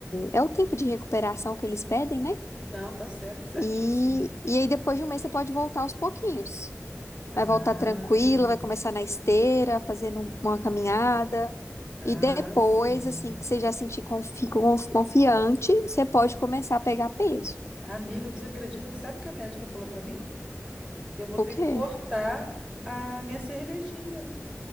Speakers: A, on the left; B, on the right.
A: é o tempo de recuperação que eles pedem, né?
B: Não, tá certo, certíssimo.
A: E, e aí depois de um mês você pode voltar aos pouquinhos.
B: Ah,
A: Vai voltar tranquila, vai começar na esteira, fazendo um- uma caminhada.
B: ah,
A: E depois,
B: sim.
A: assim, que você já sentir confi conf- confiante, você pode começar a pegar peso.
B: Amiga, você acredita que sabe o que a médica falou pra mim? Que eu vou ter
A: O quê?
B: que cortar a minha cervejinha.